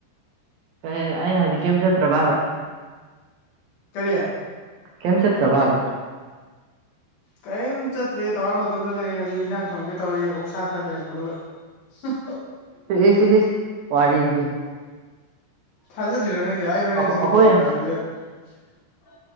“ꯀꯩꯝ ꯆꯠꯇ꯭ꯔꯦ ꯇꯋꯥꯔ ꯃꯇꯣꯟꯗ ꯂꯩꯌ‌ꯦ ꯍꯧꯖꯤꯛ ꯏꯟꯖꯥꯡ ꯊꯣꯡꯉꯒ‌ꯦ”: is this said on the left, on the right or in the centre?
Left